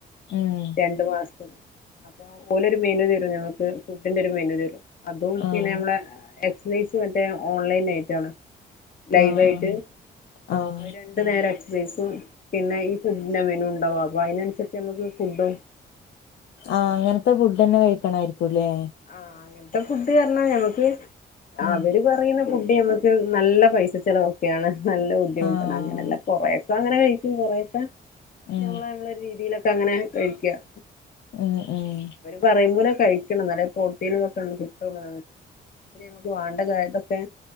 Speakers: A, on the left (about 65°); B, on the left (about 45°).
A: ഉം
B: രണ്ടു മാസത്തിന് അപ്പൊ ഓലൊരു മെനു തരും നമക്ക് ഫുഡിന്റെ ഒരു മെനു തരും അതും
A: ആഹ്
B: പിന്നെമ്മളെ എക്‌സസൈസ് മറ്റേ ഓൺലൈൻ ആയിട്ടാണ് ലൈവായിട്ട്
A: ആഹ് ആഹ് ആഹ്
B: അവ നേരെ എക്സസൈസും പിന്നെ ഈ ഫുഡിന്റെ മെനുവും ഉണ്ടാവും അപ്പൊ അതിനനുസരിച്ച് നമുക്ക് ഫുഡും
A: ആ അങ്ങനത്തെ ഫുഡ് തന്നെ കഴിക്കണായിരിക്കുംല്ലേ
B: ആഹ അങ്ങനത്ത ഫുഡ് പറഞ്ഞ ഞമ്മക്ക്
A: ഉം
B: അവര് പറയുന്ന ഫുഡ് ഞമ്മക്ക് നല്ല പൈസ ചിലവൊക്കെയാണ് നല്ല ബുദ്ധിമുട്ടാണ്
A: ആഹ്
B: അങ്ങനെല്ലാം കൊറെയൊക്ക അങ്ങനെ കഴിക്കും കൊറയൊക്ക
A: ഉം
B: ഞമ്മള നമ്മള രീതിയിലൊക്കെ അങ്ങനെ കഴിക്കും
A: ഉം ഉം
B: പറയുമ്പോലെ കഴിക്കണം എന്നാ ലേ പ്രോട്ടീനിലൊക്കെണ്ട് കിട്ടുള്ളൂ നമുക്ക് വാണ്ട കാര്യത്തൊക്കെ